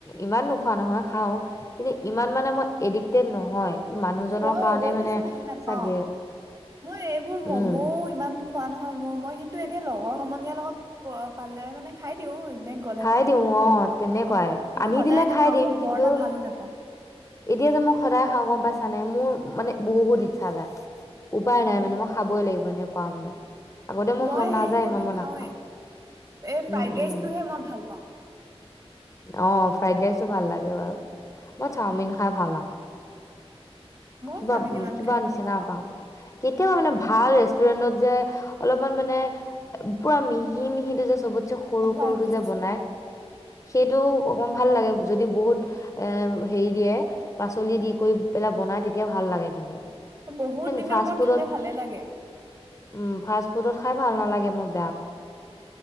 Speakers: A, on the left (about 30°); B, on the right (about 35°).
A: ইমান নোখোৱা নহয়, খাওঁ কিন্তু ইমান মানে মই। এডিক্টেড নহয়। মানুহজনৰ
B: মইয়ো
A: কাৰণে
B: বৰ
A: মানে
B: বেছি ভাল নাপাওঁ।
A: চাগে
B: মই এইবোৰ মম'ও
A: উম
B: ইমান খোৱা নহয় মোৰ, মই কিন্তু এনেই লগৰ সমনীয়াৰ লগত পালে মানে খাই দিওঁ। এনে গ'লে
A: খাই
B: মানে
A: দিওঁ অ তেনেকুৱাই,
B: অ কিন্তু
A: আনি
B: সদায়
A: দিলে
B: নাখাওঁ
A: খাই দিম
B: মই বৰ
A: কিন্তু
B: এটা ভালো নাপাওঁ
A: এতিয়া যে মোক সদায় খাওঁ গম পাইছা নে মোৰ। মানে বহুত ইচ্ছা যায়। উপায় নাই মানে
B: অ
A: মই খাবই লাগিব এনেও। কোৱা মানে। আগতে মোৰ
B: মই
A: মন নাযায় ইমান
B: নাখাওৱে,
A: মই নাখাওঁ
B: এ ফ্ৰাইড
A: উম উম
B: ৰাইচটোহে মই। ভাল পাওঁ
A: অ ফ্ৰাইড ৰাইচো ভাল লাগে বাৰু মই চাওমিন খাই ভাল নাপাওঁ
B: ময়ো
A: কিবা
B: চাওমিন ইমান
A: কিবা
B: খাই
A: নিচিনা
B: ভাল নাপাওঁ
A: পাওঁ কেতিয়াবা মানে ভাল ৰেষ্টুৰেন্টত যে অলপমান মানে পুৰা মিহি মিহিটো যে চবত সৰু
B: হয়
A: সৰুতো
B: বুজিছো
A: যে বনাই সেইটো অকণ ভাল লাগে যদি বহুত হেৰি দিয়ে পাচলি দি কৰি পেলাই বনায় তেতিয়া ভাল লাগে কিন্তু
B: বহুত দিনৰ
A: ফাষ্ট
B: মূৰত
A: ফুডত
B: খালে ভালে লাগে
A: উম ফাষ্ট ফুডত খাই ভাল নালাগে মই বেয়া পাওঁ